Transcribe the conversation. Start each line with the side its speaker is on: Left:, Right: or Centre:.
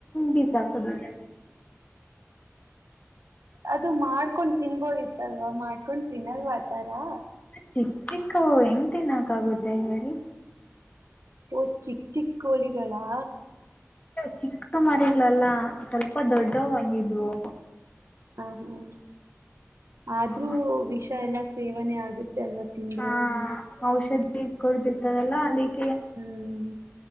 Left: ಬಿಸಾಕೋದು
Right: ಅದು ಮಾಡ್ಕೊಂಡ್ ತಿನ್ಬೋದಿತ್ತಲ್ವಾ ಮಾಡ್ಕೊಂಡ್ ತಿನ್ನಲ್ವಾ ಅ ತರಾ
Left: ಚಿಕ್ಕ ಚಿಕ್ಕ ಹೆಂಗ್ ತಿನ್ನಕಾಗುತ್ತೆ ಹೇಳಿ.
Right: ಓ ಚಿಕ್ಕ ಚಿಕ್ಕ ಕೋಳಿಗಳಾ
Left: ಚಿಕ್ಕ ಮರಿಗಳೆಲ್ಲ ಸ್ವಲ್ಪ ದೊಡ್ಡವಾಗಿದ್ವು
Right: ಹ ಹ ಆದ್ರೂ
Left: ಹ
Right: ವಿಷ ಎಲ್ಲಾ ಸೇವನೆ ಆಗತ್ತಿ ಎಲ್ವ ತಿಂದರೆ
Left: ಹಾ ಔಷಧಿ ಕೊಡ್ತಿರ್ತದಲ್ಲ ಅಲ್ಲಿ
Right: ಹ್ಮ್